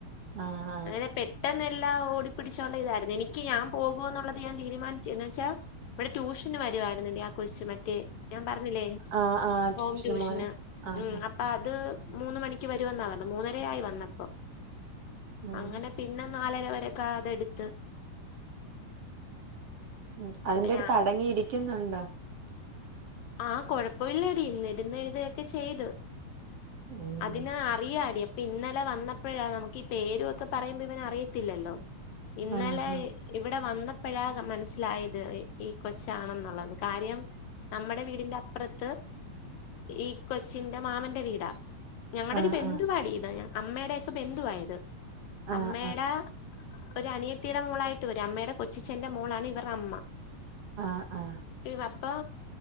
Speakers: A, on the right; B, on the left.
A: ആഹ്
B: അങ്ങനെ പെട്ടെന്ന എല്ലാം ഓടിപ്പിടിച്ചുള്ള ഇതായിരുന്നു എനിക്ക് ഞാൻ പോകൂ എന്നുള്ളത് ഞാൻ തീരുമാനിച്ചു എന്ന് വെച്ചാ ഇവിടെ ട്യൂഷന് വരുമായിരുന്നുണ്ട് ആ കൊച്ച് ഞാൻ പറഞ്ഞില്ലേ
A: ആഹ് ആഹ്
B: ഹോം ട്യൂഷന്
A: മോന് ആഹ്
B: ആ അത് മൂന്ന് മണിക്ക് വരു വന്ന പറഞ്ഞണം മൂന്നര ആയി വന്നപ്പോ
A: ഉം
B: അങ്ങനെ പിന്നെ നാലര വരൊക്കെ അതെടുത്ത്
A: ഉ അതിന്റെ
B: അപ്പൊ ഞാൻ
A: അടങ്ങിയിരിക്കുന്നുണ്ടോ
B: ആഹ കൊഴപ്പമില്ലടി ഇന്നിരുന്ന് എഴുതുകയൊക്കെ ചെയ്തു
A: ഉം
B: അതിന് അറിയാടി ഇന്നലെ വന്നപ്പോഴാ നമുക്ക് ഈ പേരു ഒക്കെ പറയുമ്പോ ഇവന അറിയത്തില്ലല്ലോ ഇന്നലെ
A: ആഹ്
B: ഇവിടെ വന്നപ്പോഴാ മനസ്സിലായത് ഈ കൊച്ചാണെന്നുള്ളത് കാര്യം നമ്മുടെ വീടിന്റെ അപ്പുറത്ത് ഈ കൊച്ചിന്റെ മാമന്റെ വീടാ ഞങ്ങളുടെ
A: ആഹ്
B: ഒരു ബന്ധുവാടി
A: ആഹ്
B: ഇത് അമ്മയുടെക്കെ ബന്ധുവായത്
A: ആഹ്
B: അമ്മയുടെ ഒരു അനിയത്തിയുടെ മോളായിട്ട് വരും അമ്മയുടെ കൊച്ചച്ചേന്റെ മോളാണ് ഇവരുടെ അമ്മ
A: ആഹ ആഹ
B: പപ്പാ